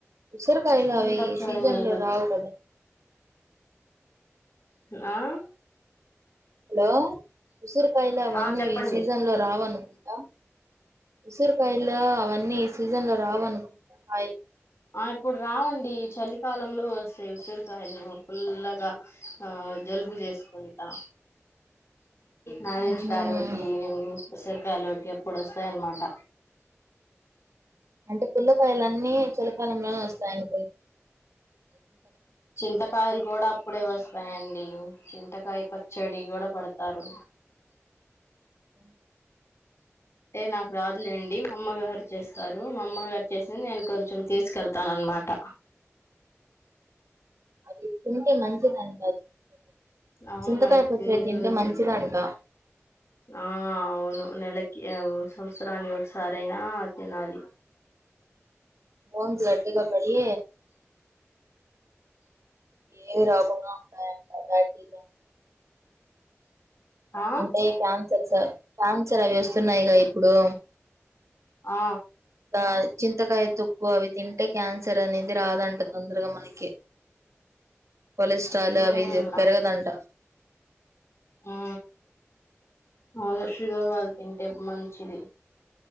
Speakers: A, on the right; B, on the left.
A: సొర కాయలావి
B: చికెన్ పచ్చడి
A: సీజన్
B: మీరు
A: లో రావుకద
B: హా ల్లో
A: హలో ఉసురకాయలు, అవన్నీ
B: ఆ చెప్పండి
A: ఈ సీజన్ లో రావనుకుంటా ఉసిరికాయల్లో అవన్నీ ఈ సీజన్ లో రావునుకుంటా కాయలు
B: ఆ ఇప్పుడు రావండి, చలికాలంలో వస్తాయి ఉసిరికాయలు ఫుల్లగా ఆ జలుబు చేసుకుంటా నారెంజ్
A: హ్మ్
B: కాాలోటి
A: హు
B: ఏ <unintelligible> ఉ సరికాయలు ఎ ప్పుడు వస్తాయ అన్నమాట
A: అంటే పుల్లకాయలు అన్నీ చలకాలంలోనే వస్తాయినికో
B: చింతకాయలు కూడా ఇప్పుడే వస్తాయండి చింతకాయ పచ్చడి కూడా పే డతారు
A: అ
B: ఏ నాకు రాదులేండి మా అమ్మగారు చేస్తారు మా అమ్మగారు చేసింది నేను కొంచెం తీసుకెళ్తాన అన్నమాట
A: అది తినికి మంచిదింట
B: అవును
A: చింతకాయ
B: అయితే
A: పచ్చడి తింటే
B: ఉంటే
A: మంచిదంట
B: ఆ అవును నెలకి ఓ సంవత్సరాని ఒకసా సరైనా తినాలి
A: ఓన్స్ గట్ గపడి ఏమి రాకుండా ఉంటాయంట బాయ్ <inaudible>
B: ఆ
A: అంటే కన్ సర్ సార్ క్యాన్సర్ అవి వస్తున్నాయిక ఇప్పుడు
B: ఆ
A: ఆ చింతకాయ తుక్కు అవి తింటే క్యాన్ సర్ అనేది రాదంట తొందరగా మనకి కొలెస్ట్రాల్
B: ఉమ్
A: అవి పెరగదంట
B: ఆ అవును షుగర్ వాళ్ళు తింటే మన్ చిది